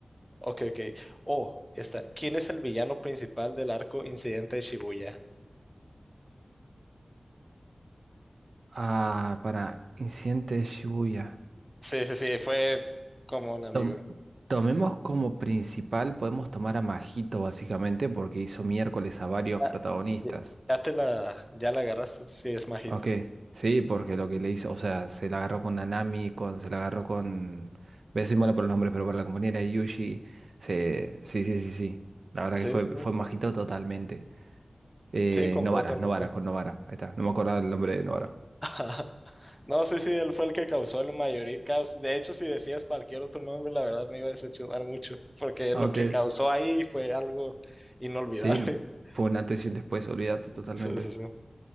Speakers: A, in the centre; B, on the right.
A: ok, ok. Oh, está. ¿Quién es el villano principal del arco Incidente de Shibuya?
B: Ah, para Incidente de Shibuya.
A: Sí, sí, sí, fue como un amigo.
B: Tom- tomemos como principal, podemos tomar a Majito básicamente porque hizo miércoles a varios
A: Ya,
B: protagonistas.
A: ya- ya te la, ya la agarraste, sí, es majito.
B: Ok, sí, porque lo que le hizo, o sea, se la agarró con Nanami, con, se la agarró con... ve, Soy malo por los nombres, pero por la compañera de Yuji. Se, sí, sí, sí, sí. La verdad
A: Sí,
B: que fue,
A: sí, sí,
B: fue Majito totalmente. Eh,
A: sí, completamente.
B: Novara, Novara, con Novara. Ahí está, no me acordaba el nombre de Novara.
A: <laughs> No, sí, sí, él fue el que causó el mayor caos. De hecho, si decías cualquier otro nombre, la verdad me iba a decepcionar mucho, porque
B: Ok.
A: lo que causó ahí fue algo inolvidable.
B: Sí,
A: <laughs>
B: fue un antes y un después, olvídate totalmente.
A: Sí, sí, sí.